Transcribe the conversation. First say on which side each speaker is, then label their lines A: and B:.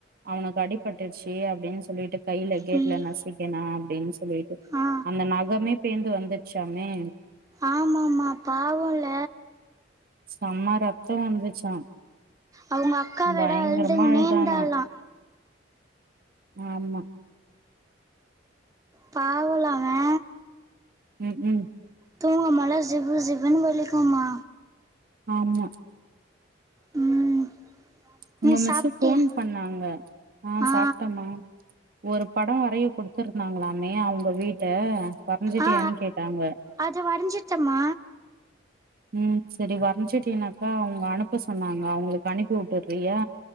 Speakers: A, on the right; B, on the right.
A: அவனுக்கு அடிபட்டுருச்சி அப்டின் சொல்லிட்டு கையில கேட்ல
B: ம்
A: நசிக்கிணா அப்டின்னு சொல்லிட்டு
B: ஆ
A: அந்த நகமே பேந்து வந்து ஷமே
B: ஆமாமா பாவம்ல
A: செம்ம ரத்தம் வந்துச்சா
B: அவங்க அக்கா வெட
A: பயங்கரமா
B: அழுதுங்குனே
A: அழுதானா
B: இருந்தாலா
A: ஆமா
B: பாவல அவெ
A: ம் ம்
B: தூங்க மொலஸ் ஜிவ்வு ஜிவனு வலிக்கும்மா
A: ஆமா
B: ம்
A: உங்க
B: நீ
A: மிஸு
B: சாப்ட்டியா
A: ஃபோன் பண்ணாங்க ஆஹ
B: ஆ
A: சாப்பிட்டமா ஒரு படோ வரைய குடுத்துருந்தாங்களாமே அவுங்க வீட்ட வரைஞ்சிட்டியான்னு
B: ஆ
A: கேட்டாங்க
B: அது வரஞ்சிட்டமா
A: உம் செரி வரஞ்ச்சுட் எனக்கா அவுங்க அனுப்ப சொன்னாங்க அவங்களுக்கு அனுப்பி வறியா